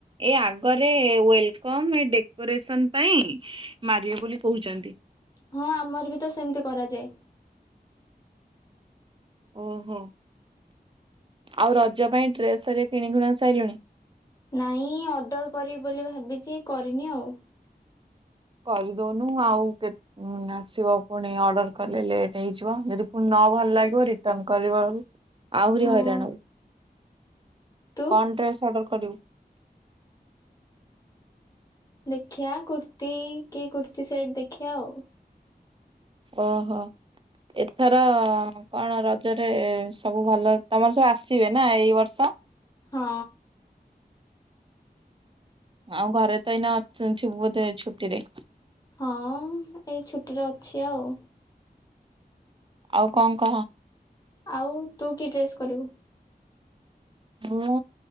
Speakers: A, on the right; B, on the left.
A: ଏ ଆଗରେ ୱେଲକମ ଏ ଡେକୋରେସନ ପାଇଁ ମାରିବେ ବୋଲି କହୁଛନ୍ତି।
B: ହଁ ଆମର ବି ତ ସେମିତି କରାଯାଏ।
A: ଓହୋ ଆଉ ରଜ ପାଇଁ ଡ୍ରେସରେ କିଣି କୁଣା ସାରିଲୁଣି।
B: ନାଇଁ ଅର୍ଡର କରିବି ବୋଲି ଭା ଭାବିଛି କରିନି ଆଉ।
A: କରିଦଉନୁ ଆଉ କେତ ଆସିବ ପୁଣି ଅର୍ଡର କଲେ ଲେଟ୍ ହେଇଯିବ ଯଦି ପୁଣି ନ ଭଲ ଲାଗିବ ରିଟନ କରିବବି। ଆହୁରି
B: ହଁ
A: ହଇରାଣଉ।
B: ତୁ
A: କଣ ଡ୍ରେସ୍ ଅର୍ଡର କରିବୁ?
B: ଦେଖିବା କୁର୍ତିୀ କି କୁର୍ତ୍ତିୀ ସେଟ ଦେଖିଆ ଆଉ।
A: ଓହୋ ଏଥର କଣ ରଜରେ ସବୁ ଭଲ ତମର ସବୁ ଆସିବେ ନା ଏଇ ବର୍ଷ।
B: ହଁ।
A: ଆଉ ଘରେ ତ ଏଇନା ଥିବୁ ବୋଧେ ଛୁଟିରେ।
B: ହଁ ଏଇ ଛୁଟିରେ ଅଛି ଆଉ।
A: ଆଉ କଣ କହ?
B: ଆଉ ତୁ କି ଡ୍ରେସ୍ କରିବୁ?
A: ମୁଁ